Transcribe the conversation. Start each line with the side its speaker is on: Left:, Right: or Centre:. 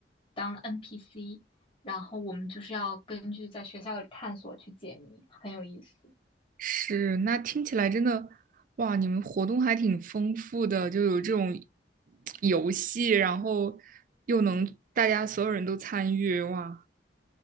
Left: 当 NPC，然后我们就是要根据在学校里探索去解谜，很有意思。
Right: 是，那听起来真的，哇，你们活动还挺丰富的，就有这种游戏，然后又能大家所有人都参与，哇，